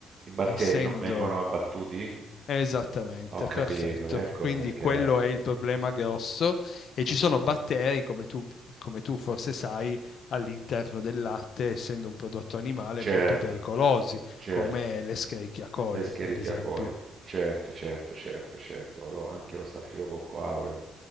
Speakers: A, on the right; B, on the left.
A: i batteri
B: essendo...
A: non vengono abbattuti?
B: Esattamente,
A: Ho capito,
B: perfetto.
A: ecco
B: Quindi
A: perché.
B: quello è il problema grosso e ci sono batteri, come tu, come tu forse sai, all'interno del latte, essendo un prodotto animale,
A: Certo,
B: molto pericolosi,
A: certo.
B: come l'Escherichia coli,
A: L'escherichia
B: ad esempio.
A: coli. Certo, certo, certo, certo, Lo- anche lo staffilococco aureo.